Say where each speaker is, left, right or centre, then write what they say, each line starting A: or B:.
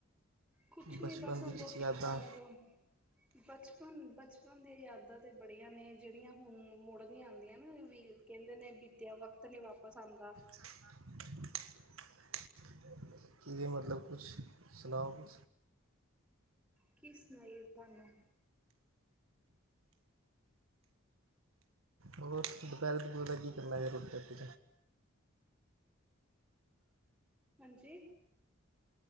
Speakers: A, in the centre; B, on the right.
A: ਕੁਛ
B: ਬਚਪਨ
A: ਨੀ ਬਸ ਹੁਣ
B: ਦੀ ਕੁਛ
A: ਰੋਟੀ
B: ਯਾਦਾਂ
A: ਪਾਣੀ ਤੋਂ ਬਚਪਨ ਬਚਪਨ ਦੀਆਂ ਯਾਦਾਂ ਤੇ ਬੜੀਆਂ ਨੇ ਜਿਹੜੀਆਂ, ਹੁਣ ਮੁੜਦੀਆਂ ਆਦੀਆਂ ਨਾ ਵੀ ਕਹਿੰਦੇ ਨੇ ਬੀਤਿਆ ਵਕਤ ਨੀ ਵਾਪਿਸ ਆਦਾ
B: <unintelligible> ਕੀ ਵੀ ਮਤਲਬ ਕੁਛ ਸੁਣਾਓ ਕੁ
A: ਕੀ ਸੁਣਾਈਏ ਭੇਣੇ,
B: ਹੋਰ ਦੁਪਹਿਰੇ-ਦੁਪਰੇ ਦਾ ਕੀ ਕਰਨਾ ਇਹ ਰੋਟੀ ਰਾਟੀ
A: ਹਾਂਜੀ,